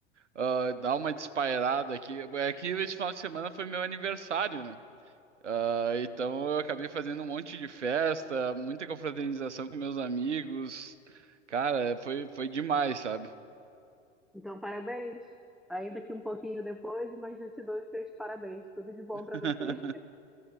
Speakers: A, on the right; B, in the centre.
A: Ah, dá uma despairada aqui. É que esse final de semana foi meu aniversário, né? Ah, então eu acabei fazendo um monte de festa, muita confraternização com meus amigos. Cara, foi, foi demais, sabe?
B: Então, parabéns. Ainda que um pouquinho depois, mas eu te dou os seus parabéns. Tudo de bom
A: <laughs>
B: para você.